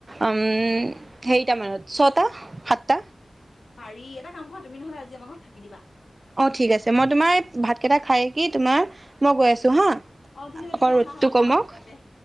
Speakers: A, on the right; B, on the left.
A: উম হেৰিটা মানত ছটা, সাতটা?
B: পাৰি এটা কাম কৰা তুমি নহলে আজি আমাৰ ঘৰত থাকি দিবা।
A: অ ঠিক আছে মই তোমাৰ ভাতকেইটা খায় কি তোমাৰ মই গৈ আছো হা?
B: অ', ঠিক আছে
A: আকৌ
B: তুমি আহা
A: ৰ'দটো
B: আহা ময়ো
A: কমক।
B: মাক কওঁগে